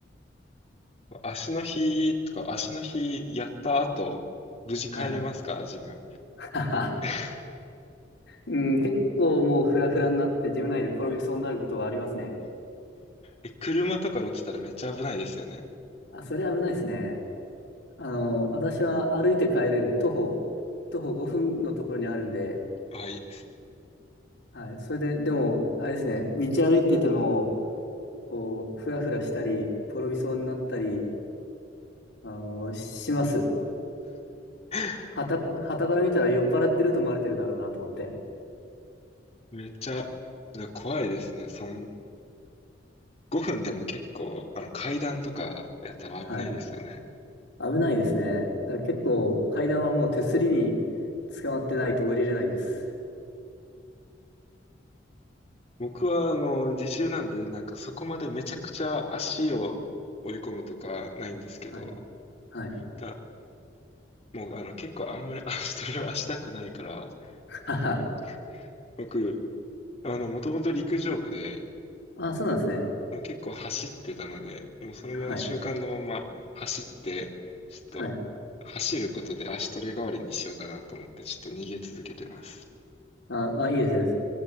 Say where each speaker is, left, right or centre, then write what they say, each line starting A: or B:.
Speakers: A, on the left; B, on the left.
A: 足の日とか、足の日やった後、無事帰れますかジム。
B: はい。<laughs>
A: <laughs>
B: うん、結構もうフラフラになって、自分内で転びそうになることはありますね。
A: え、車とか乗ってたらめっちゃ危ないですよね。
B: あ、それ危ないですね。あの、私は歩いて帰れる。徒歩、徒歩5分のところにあるんで、
A: ああ、いいですね。
B: はい。それで、でも、あれですね、道歩いてても、こう、ふらふらしたり、転びそうになったり、あの、します。
A: <laughs>
B: はた、はたから見たら酔っ払ってると思われてるだろうなと思って。
A: めっちゃ、怖いですね。そん、5分でも結構、あの、階段とかやったら危ないですよね。
B: はい。危ないですね。だから結構、階段はもう手すりに捕まってないと降りれないです。
A: 僕は、あの、自重なんで、なんかそこまでめちゃくちゃ足を追い込むとかないんですけど、
B: はい。はい。
A: だ、もう、あの、結構あんまり <laughs>、あ、それはしたくないから、
B: <laughs> あは
A: あの、僕、あの、もともと陸上部で、
B: は、あそうなんですね。
A: 結構走ってたので、もうそのまま習慣のまま走って、
B: はい。
A: ちょっと、
B: はい。
A: 走ることで足トレ代わりにしようかなと思って、ちょっと逃げ続けてます。
B: あ、あ、いいですね。